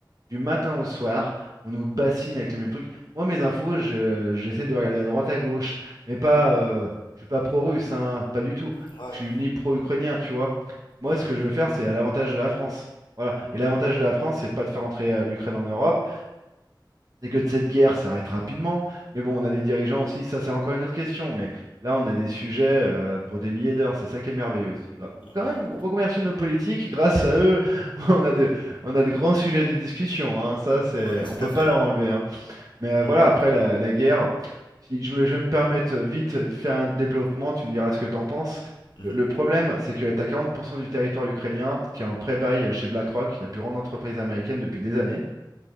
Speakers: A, on the right (about 50°); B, on the left (about 75°).
A: du matin au soir, on nous bassine avec les mêmes trucs. Moi, mes infos, je- j'essaie de regarder à droite, à gauche, mais pas. euh, je suis pas pro-russe, hein, pas du tout.
B: Ouais.
A: Je suis ni pro-ukrainien, tu vois. Moi,
B: Mm,
A: ce que je veux faire, c'est à l'avantage de la France. Voilà. Et l'avantage de la France, c'est pas de faire entrer euh, l'Ukraine en Europe, c'est que cette guerre s'arrête rapidement. Mais bon, on a des dirigeants aussi, ça c'est encore une autre question. Mais là, on a des sujets euh, pour des milliers d'heures, c'est ça qui est merveilleux aussi. Gra- bon,
B: mm.
A: Quand même, remercier nos politiques, grâce à eux, <laughs> on a de, on a de grands sujets de discussion. hein. Ça, c'est,
B: Ouais, tout
A: on peut
B: à
A: pas
B: fait.
A: leur enlever. hein. Mais euh,
B: Mm,
A: voilà, après la, la guerre, si je vais, je vais me permettre euh, vite de faire un développement, tu me diras ce que tu en penses.
B: mhm,
A: Le le problème, c'est que tu as 40% du territoire ukrainien qui est en pré-bail chez BlackRock, la plus grande entreprise américaine depuis des années.